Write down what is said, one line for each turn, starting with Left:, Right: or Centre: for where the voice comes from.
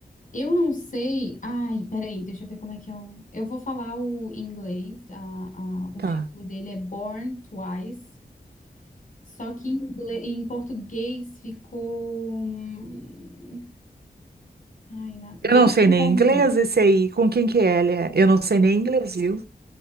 Left: Eu não sei. Ai, peraí, deixa eu ver como é que é o. Eu vou falar o em inglês. A, a- o
Right: Tá.
Left: título dele é Born Twice. Só que em, ingle- em português ficou. hum, Ai, na... Bem-vindo
Right: Eu não sei nem
Left: ao mundo.
Right: inglês esse aí. Com quem que é ele é? Eu não sei nem inglês, viu?